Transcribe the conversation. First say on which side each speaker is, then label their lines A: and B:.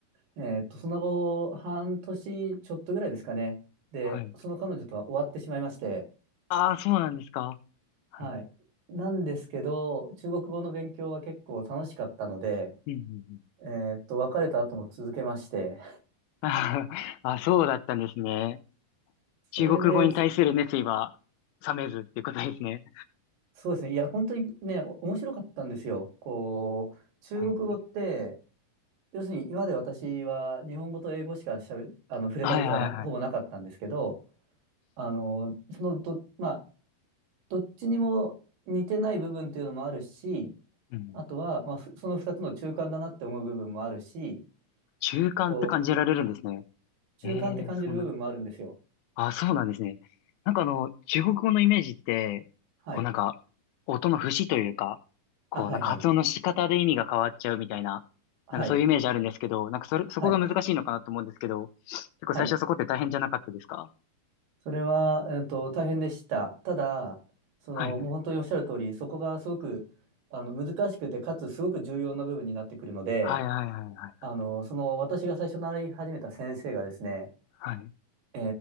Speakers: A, on the right; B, on the left.
A: えっと、その後、半年ちょっとぐらいですかね。で、
B: はい。
A: その彼女とは終わってしまいまして、
B: ああ、そうなんですか。はい。
A: はい。なんですけど、中国語の勉強は結構楽しかったので、
B: うんうんうん。
A: えーっと、別れた後も続けまして、
B: <laughs> あーあ、そうだったんですね。
A: それで、
B: 中国語に対する熱意は
A: そ
B: 冷めずっていうことですね。
A: そうですね、いや、本当にね、お面白かったんですよ。こう、中国語って、
B: はい。
A: 要するに今まで私は日本語と英語しかしゃべ、あの、触れたことがな、
B: はいはいはい。
A: ほぼなかったんですけど、あの、そのど、まあ、どっちにも似てない部分というのもあるし、
B: うん。
A: あとは、まあ、ふその2つの中間だなって思う部分もあるし、
B: 習慣って感じられるんですね。
A: こう、中間って感じる部分もあるんですよ。
B: ええそうなん、あ、そうなんですね。なんかあの、中国語のイメージって、
A: はい。
B: こうなんか、音の節というか、こうなんか発音の仕方で意味が変わっちゃうみたいな、
A: あ、はいはい。はい。
B: なんかそういうイメージあるんですけど、なんかそれ、そこが難しいのかなと思うんですけど、
A: はい。
B: 結構最初そこって大変じゃなかったですか
A: はい。それは、えっと、大変でした。ただ、その、
B: はいはい。
A: もう本当におっしゃる通り、そこがすごく、あの、難しくて、かつすごく重要な部分になってくるので、
B: はいはいはいはい。
A: あの、その、私が最初習い始めた先生がですね、
B: はい。
A: え